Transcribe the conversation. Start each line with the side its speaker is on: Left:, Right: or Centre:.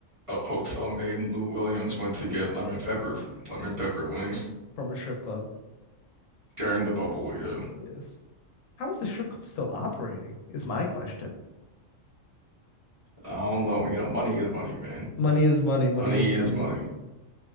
Right: a hotel maid, and Lou Williams went to get lemon pepper from lemon pepper wings
Left: from a strip club.
Right: during the bubble. Yeah,
Left: Yes. How is the strip club still operating? Is my question.
Right: I don't know. You know, money is money, man.
Left: Money is money. Money
Right: Money
Left: is
Right: is
Left: money.
Right: money.